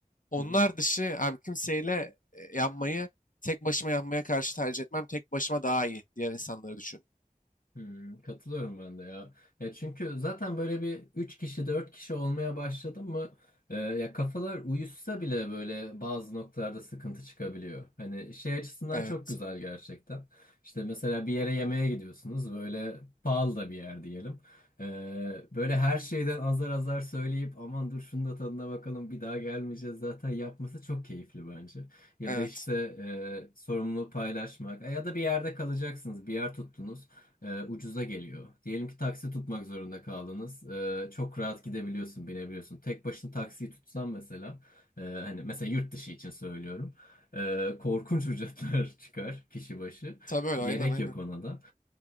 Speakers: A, on the left; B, on the left.
A: Onlar
B: hı hı.
A: dışı abi kimseyle e, yapmayı tek başıma yapmaya karşı tercih etmem. Tek başıma daha iyi diğer insanları düşün.
B: Hmm, katılıyorum ben de ya. Ya çünkü zaten böyle bir 3 kişi 4 kişi olmaya başladı mı e, ya kafalar uyuşsa bile böyle bazı noktalarda sıkıntı çıkabiliyor. Hani şey açısından
A: Evet.
B: çok güzel gerçekten. İşte mesela bir yere yemeğe gidiyorsunuz böyle pahalı da bir yer diyelim. E, böyle her şeyden azar azar söyleyip aman dur şunu da tadına bakalım bir daha gelmeyeceğiz zaten yapması çok keyifli bence. Ya
A: Evet.
B: da işte e, sorumluluğu paylaşmak E, ya da bir yerde kalacaksınız bir yer tuttunuz e, ucuza geliyor. Diyelim ki taksi tutmak zorunda kaldınız. E, çok rahat gidebiliyorsun, binebiliyorsun. Tek başına taksiyi tutsan mesela, e, hani mesela yurt dışı için söylüyorum. E, korkunç ücretler <laughs> çıkar kişi başı.
A: Tabii öyle
B: Gerek
A: aynen aynen.
B: yok ona da.